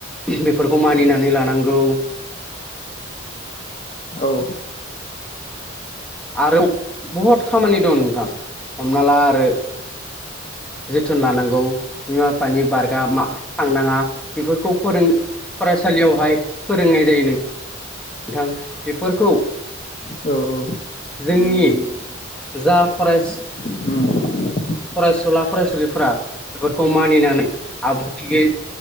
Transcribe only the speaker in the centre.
बेफोरखौ मानिनानै लानांगौ।
आरो बहुद खामानि दं नोंथां हमना ला आरो। जोथोन लानांगौ बिमा बिफानि बारगा मा थांनाङा बेफोरखौ फोरों फरायसालियावहाय फोरोंनाय जायो नों नोंथां बेफोरखौ
जोंनि जा फरेस्ट
फरायसुला फरायसुलिफोरा बेफोरखौ मानिनानै आब्रुथियै